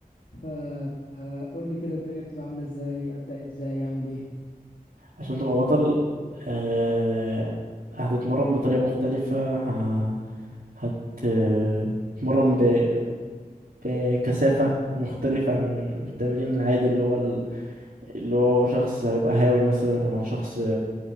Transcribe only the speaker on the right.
عشان تبقى بطل آه... هتتمرن بطريقة مختلفة ه... هتتمرن ب... بكثافة مختلفة عن التمرين العادي اللي هو ال... اللي هو شخص هيبقى هاوي مثلا او شخص